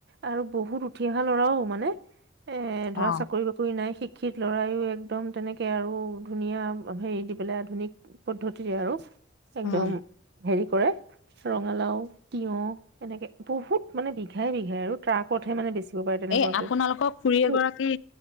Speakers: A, on the right; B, on the left.
A: আৰু বহুত উঠি অহা ল'ৰাও মানে এ ধৰা
B: অ
A: চাকৰি বাকৰি নাই শিক্ষিত লৰাইও একদম তেনেকে আৰু ধুনীয়া হেৰি দি পেলাই আধুনিক পদ্ধতিৰে আৰু একদম
B: উম
A: হেৰি কৰে ৰঙালাও তিয়হ এনেকে বহুত মানে বিঘাই বিঘাই আৰু ট্ৰাকতহে মানে বেচিব পাৰে তেনেকুৱাকৈ
B: এই আপোনালোকক খুৰী এগৰাকী
A: এই